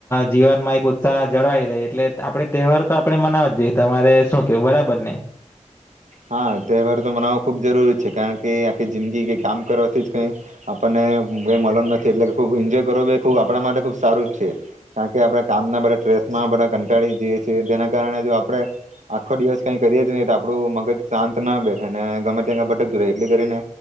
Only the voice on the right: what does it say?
હા તહેવાર તો મનાવો ખુબ જરૂરી છે કારણ કે આખી જિંદગી કે કામ કરવાથી જ કઈ આપણને કઈ મળ નથી એટલે ખુબ એન્જોય કરવો ખબ આપણા માટે ખુબ સારું છે. કાર કે આપણે કામના બ ટ્રેસ. માં બધા કંટાળી જઈ છીએ તેના કારણે જો આપડણે આખો દિવસ કઈ કરીએ નને તો આપડું મગજ. શાંત ના બેઠે ને ગમે ત્યાં ભટકતું રહે એટલી કરીને